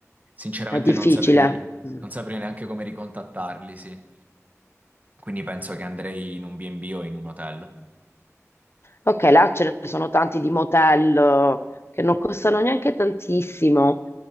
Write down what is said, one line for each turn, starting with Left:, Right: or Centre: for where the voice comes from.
Right: sinceramente
Left: è difficile.
Right: non saprei,
Left: Mm.
Right: non saprei neanche come ricontattarli, sì. Quindi penso che andrei in un B&B o in un hotel.
Left: Ok, là ce ne sono tanti di motel eh, che non costano neanche tantissimo.